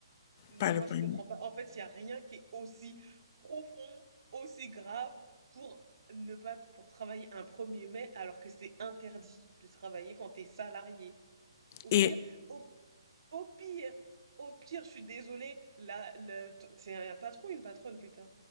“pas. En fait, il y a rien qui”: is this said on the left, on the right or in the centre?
Right